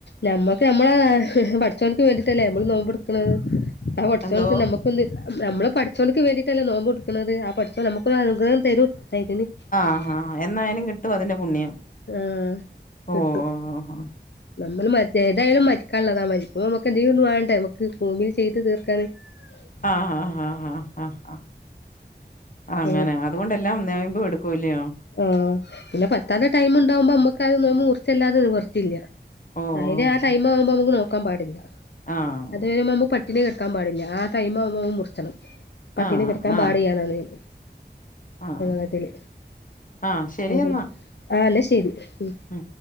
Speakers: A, on the left; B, on the left.
A: ഞമ്മക്ക് നമ്മളെ ഹ്ഹ പടചോൻക്ക് വേണ്ടിട്ടല്ലേ മ്മള് നോമ്പ്ട്ക്ണത് ആ പടച്ചോൻക്
B: എന്തോ
A: നമുക്ക് ത് നമ്മള് പടചോൻക്ക് വേണ്ടിട്ടല്ലേ നോമ്പുടുക്കുണത് ആ പടച്ചോൻ നമുക്കൊരു അനുഗ്രഹം തെരും. <unintelligible>
B: ആഹാ എന്നായാലും കിട്ടും അതിന്റെ പുണ്യം
A: ആഹ്
B: ഓ
A: കിട്ടും..
B: ഓ ഓ
A: നമ്മള് മര് ഏതായാലും മരിക്കാന് ള്ളതാ മരിക്ക്മ്പോ നമ്മക്ക് എന്തെലും വേണ്ടേ നമ്മക്ക് ഭൂമി ചെയ്ത് തീർക്കാൻ ആ <inaudible>
B: ആഹ ആ ആ അ അങ്ങനെ
A: ഉം
B: അതുകൊണ്ടല്ലാം നൊയമ്പ് ടുക്കുല്ലേയൊ
A: ആഹ് പിന്നെ പറ്റാതെ ടൈം ണ്ടാവുമ്പോ നമ്മക്ക് അ നോമ്പ് മുറിച്ചല്ലാതെ നിവർത്തില്ല
B: ഓ ഓ
A: അയ്ന് ആ ടൈം ആവുബോ നമക്ക് നോക്കാ പാടില്ല..
B: ആഹ്
A: അത് വരുമ്പൊ നമ്മു പട്ടിണി കെട്ക്കാൻ പാടില്ല ആ ടൈം ആവുമ്പ മുറിച്ചണം.. പട്ടിണി
B: ആഹ്
A: കെട്ക്കാൻ
B: ആഹ്
A: പാടി <unintelligible>
B: ആഹ്
A: ഞങ്ങളതില്
B: ആഹ് ശരിയെന്നാ
A: ഓഒ ആല്ലെ ശരി ഉം
B: ഉം